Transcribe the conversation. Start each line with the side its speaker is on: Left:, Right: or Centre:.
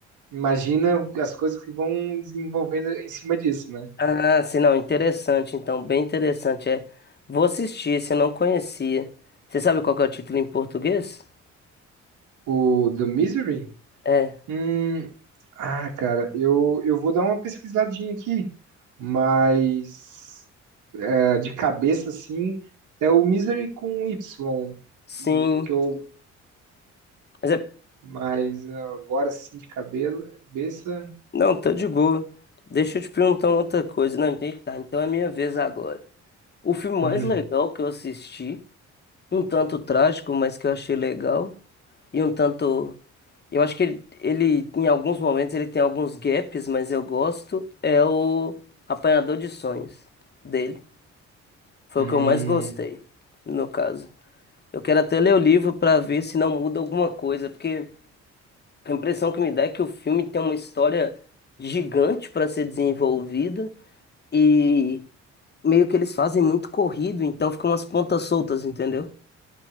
Right: Imagina as coisas que vão desenvolvendo em cima disso, né?
Left: Ah, sim, não, interessante, então, bem interessante. É, vou assistir, se eu não conhecia. Você sabe qual que é o título em português?
Right: O do Misery?
Left: É,
Right: Hum, ah, cara, eu, eu vou dar uma pesquisadinha aqui, mas é, de cabeça, assim, é o Misery com Y,
Left: sim.
Right: o que eu,
Left: Mas é,
Right: mas agora, assim, de cabelo, cabeça...
Left: não, tá de boa. Deixa eu te perguntar uma outra coisa. Não, entendi, tá, então é minha vez agora. O filme
Right: Uhum.
Left: mais legal que eu assisti, um tanto trágico, mas que eu achei legal, e um tanto. Eu acho que ele, ele, em alguns momentos, ele tem alguns gaps, mas eu gosto. É o Apanhador de Sonhos dele. Foi
Right: Hum,
Left: o que eu mais Hum, gostei, no caso. Eu quero até ler o livro pra ver se não muda alguma coisa, porque a impressão que me dá é que o filme tem uma história gigante pra ser desenvolvida e meio que eles fazem muito corrido, então ficam umas pontas soltas, entendeu?